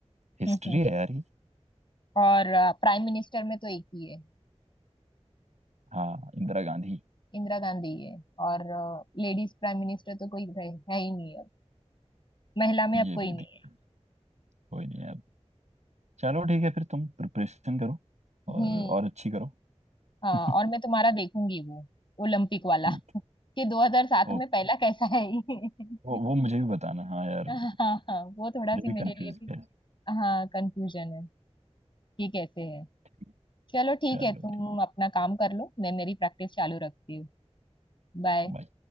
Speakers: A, on the right (about 85°); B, on the left (about 45°).
A: हिस्ट्री
B: हम्म,
A: है यार ये
B: और प्राइम मिनिस्टर में तो एक ही है
A: हाँ इंदिरा गांधी
B: इंदिरा गांधी है और लेडीज प्राइम मिनिस्टर तो कोई है, है ही नहीं अब महिला में
A: ये
B: अब कोई
A: भी
B: नहीं
A: दिख
B: है
A: कोई नहीं है अब चलो ठीक है फिर तुम प्रिपरेशन करो
B: हम्म
A: और और अच्छी करो
B: हाँ
A: <laughs>
B: और मैं तुम्हारा देखूंगी वो ओलंपिक वाला
A: ठीक है,
B: कि 2007 में
A: ओके
B: पहला कैसा है ये
A: वो वो मुझे भी बताना हाँ यार
B: <laughs>
A: मुझे
B: हाँ हाँ वो थोड़ा सी
A: भी
B: मेरे
A: कंफ्यूज
B: लिए भी
A: है
B: हाँ कंफ्यूजन है कि कैसे है
A: चलो
B: चलो ठीक
A: ठीक
B: है तुम अपना काम कर लो मैं मेरी प्रैक्टिस चालू रखती हूँ बाय
A: बाय